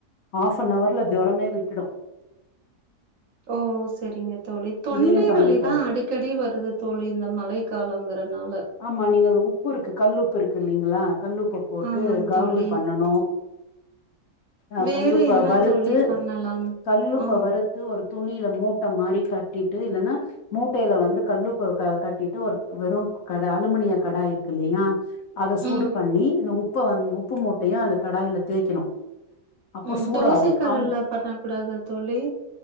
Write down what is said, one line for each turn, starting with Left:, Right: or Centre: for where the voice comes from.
Left: ஆஃப் ஃப நவர்ல ஜொரமே விட்டுடும்
Right: ஓ சரிங்க தோழி தொண்டை
Left: இதையு பண்ணி
Right: வலிதா
Left: பாருங்க
Right: அடிக்கடி வருது தோழி இந்த மழை காலங்கிறனால
Left: ஆமா நீங்க அது உப்பு இருக்கு கல்லுப்பு இருக்கு இல்லைங்களா கல்லுப்ப போட்டு
Right: ஆமாங்க
Left: காகுல்
Right: தோழி.
Left: பண்ணனும் ஆ
Right: வேறு
Left: கல்லுப்ப
Right: என்ன
Left: வறுத்து
Right: தோழி பண்ணலாம்?
Left: கல்லுப்ப
Right: ஆ,
Left: வறுத் த்து ஒரு துணில மூட்ட மாறி கட்டிட்டு இல்லன்னா மூட்டையில வந்து கல்லுப்ப கட்டிட்டு ஒரு வெறும் கடா அலுமினிய கடாய் இருக்குல்லையா அத சூடு
Right: ம்,
Left: பண்ணி இந்த உப்ப வந் உப்பு மூட்டைய அத கடாயில தேய்க்கணு அப்போ
Right: ம்
Left: சூடாகு
Right: தோசைக்கல்லுல
Left: அந்
Right: பண்ண கூடாதா தோழி